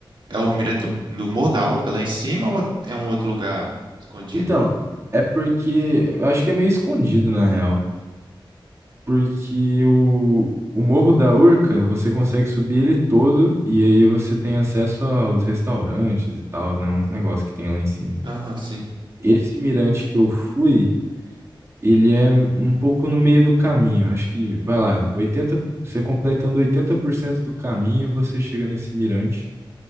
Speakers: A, on the right; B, on the right.
A: é o mirante do, do Morro da Urca lá em cima ou é um outro lugar escondido?
B: Então, é porque eu acho que é meio escondido na real. porque o, o Morro da Urca, você consegue subir ele todo e aí você tem acesso aos restaurantes e tal, né? Uns negócios que tem lá em cima.
A: Aham, sim,
B: Esse mirante que eu fui, ele é um pouco no meio do caminho. Acho que, vai lá, 80 você completando 80% do caminho, você chega nesse mirante